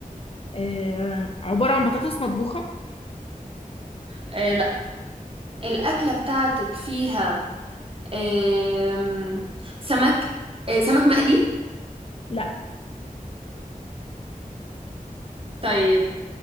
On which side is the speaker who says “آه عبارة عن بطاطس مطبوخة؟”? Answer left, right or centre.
Left